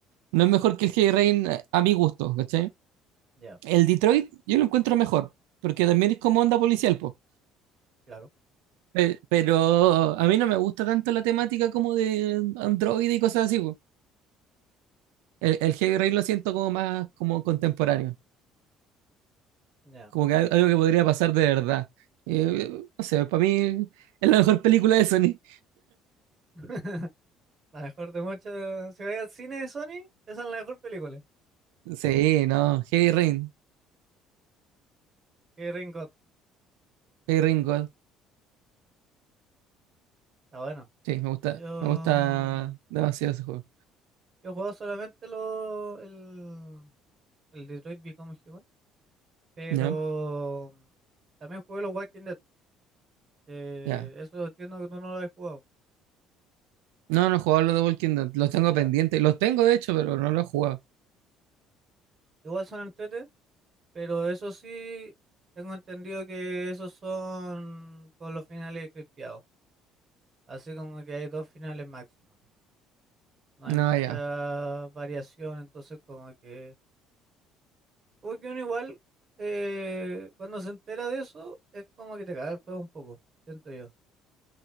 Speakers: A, on the right; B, on the right.
A: no es mejor que el Heavy Rain a, a mi gusto, ¿cachai?
B: Ya,
A: El Detroit yo lo encuentro mejor, porque también es como onda policial, po.
B: claro,
A: Pe- Pero a mí no me gusta tanto la temática como de Android y cosas así, po. El, el Heavy Rain lo siento como más como contemporáneo,
B: ya.
A: como que al- algo que podría pasar de verdad. Eh, no sé, para mí es la mejor película de Sony.
B: <laughs> La mejor de muchas. Si vais al cine de Sony, esa es la mejor película.
A: Sí, no, Heavy Rain,
B: Que Rain God.
A: Heavy Rain God.
B: Está bueno.
A: Sí, me gusta,
B: Yo.
A: me gusta demasiado ese juego.
B: Yo he jugado solamente lo, el, el Detroit Become Human. Pero
A: ¿Ya?
B: también jugué los Walking Dead, que
A: Ya.
B: eso entiendo que tú no lo has jugado.
A: No, no he jugado los de Walking Dead, los tengo
B: Ya.
A: pendientes. Los tengo de hecho, pero no los he jugado.
B: Igual son entrete, pero eso sí, tengo entendido que esos son con los finales cripteados. Así como que hay dos finales máximos, ¿no? No hay
A: No,
B: mucha
A: ya,
B: variación, entonces como que... Como que uno igual, eh, cuando se entera de eso, es como que te caga el juego un poco, siento yo.